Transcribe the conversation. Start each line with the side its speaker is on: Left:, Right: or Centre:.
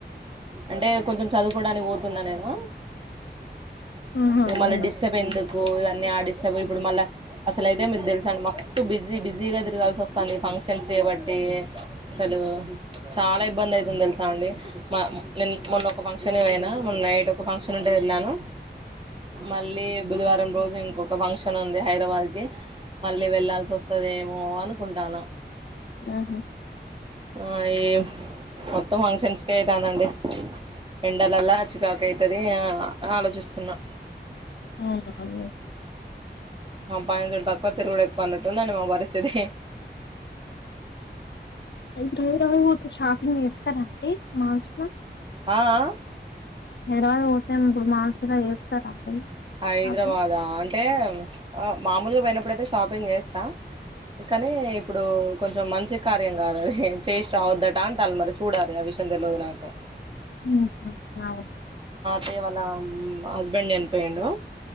Right: అంటే కొంచం చదువుకోడానికి పోతున్నా నేను
Left: ఆహా
Right: ఇక మళ్ళీ
Left: అవునా
Right: డిస్టర్బ్ ఎందుకు ఇవన్నీ ఆ డిస్టబ్ ఇప్పుడు మళ్ళ అసలు అయితే మీకు తెలుస అండ్ మస్తు బిజీ బిజీగా తిరగాల్సి వస్తాంది ఫంక్షన్స్ చేయబట్టి అసలు చాలా ఇబ్బంది అయితుంది తెలుసా అండి మా నిన్ మొన్న ఒక ఫంక్షన్ పోయినా మొన్న నైట్ ఒక ఫంక్షన్ ఉంటే వెళ్ళాను మళ్ళీ బుధవారం రోజు ఇం ఒక ఫంక్షన్ ఉంది హైదరాబాద్ కి మళ్ళీ వెళ్లాల్సి వస్తదేమో అనుకుంటాన
Left: ఆహా
Right: ఆ ఏం మొత్తం ఫంక్షన్స్ కే అయితాందండి ఎండలలా అ చికాకు అయితది ఆ ఆలోచిస్తున్నా
Left: ఆ నాన్ వెజ్
Right: సంపాదించుడు తక్కువ తిరుగుడు ఎక్కు పన్నటందని మా పరిస్థితి
Left: ఏన్ ట్రూతకు వోతూ షాపింగ్ చేస్తారండి మాల్స్ లా
Right: ఆ ఆ
Left: హైదరాబాద్ పోతే ఇప్పుడు మానుసులా చేస్తారండి
Right: హైదరాబాదా
Left: షాపింగ్
Right: అంటే మామూలుగా పోయినప్పుడైతే షాపింగ్ చేస్తా కానీ ఇప్పుడు కొంచెం మంచి కార్యం కాదు అది చేసి రావద్దట అంటల్లు మరి చూడాలి అవి చన్ తెలువదు నాకు
Left: ఉహు నవును
Right: చే వాళ్ళ హస్బెండ్ చనిపోయిండు